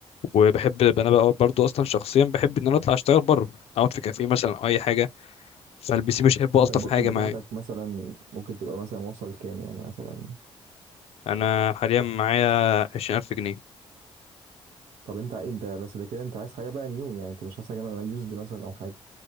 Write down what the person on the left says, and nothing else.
وبحب انا بقى برضو اصلا شخصيا بحب ان انا اطلع اشتغل بره اقعد في كافيه مثلا او اي حاجه فالبي سي مش هيبقى
الطف
حاجه
معايا
انا حاليا معايا 20000 جنيه